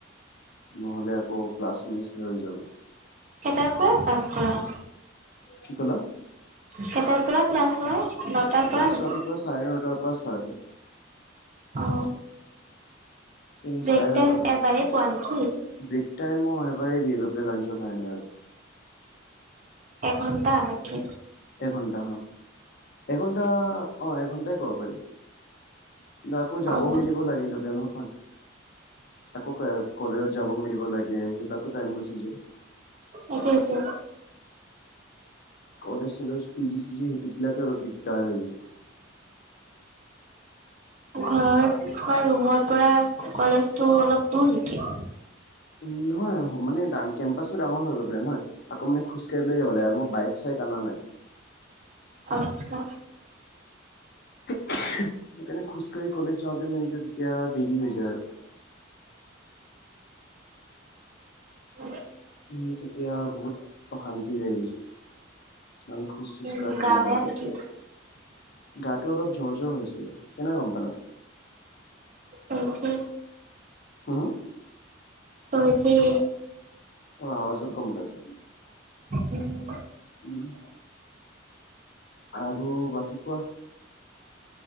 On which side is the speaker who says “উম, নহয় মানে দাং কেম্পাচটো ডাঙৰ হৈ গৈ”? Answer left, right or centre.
Left